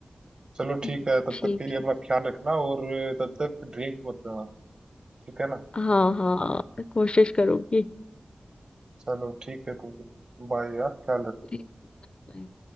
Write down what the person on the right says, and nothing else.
चलो ठीक
है तब
तक के लिए
अपना ख्याल रखना और तब तक ड्रिंक मत करना ठीक है ना
चलो ठीक है तो बाय यार ख्याल रखना